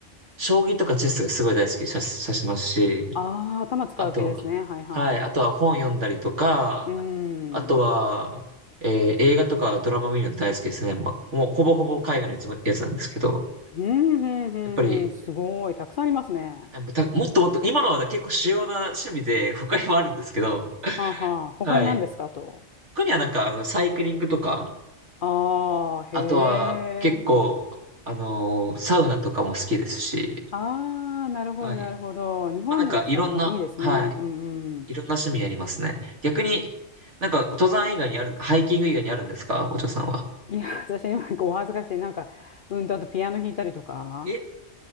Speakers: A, on the right; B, on the left.
A: 将棋とかチェスがすごい大好きさ、さしますし、
B: ああ、頭使う系ですね。
A: あとは
B: はいはい。
A: はい。あとは本読んだりとか、
B: うーん。
A: あとは、えー映画とかドラマ見るの大好きですね。ま、もうほぼほぼ海外のやつも、やつなんですけど、
B: ふんふんふんふん。
A: やっぱり、
B: すごい。たくさんありますね。
A: あもうたもっともっと、今のはね結構主要な趣味で、他にもあるんですけど、
B: はあ、はあ。
A: <laughs>
B: 他に何ですかと。
A: はい。他にはなんか、あの、サイクリングとか、
B: ああ、
A: あとは結構、
B: へえ。
A: あのーサウナとかも好きですし、
B: ああ、なるほど、
A: はい。
B: なるほど。日本のさ、
A: まあ、なんか、いろんな、
B: あいいですね。
A: はい。
B: うんうん。
A: いろんな趣味やりますね。逆に、なんか、登山以外にある、ハイキング以外にあるんですかお嬢さんは。
B: いや、<laughs> 私、なんかお恥ずかしい。なんか、うんと、あとピアノ弾いたりとか。
A: え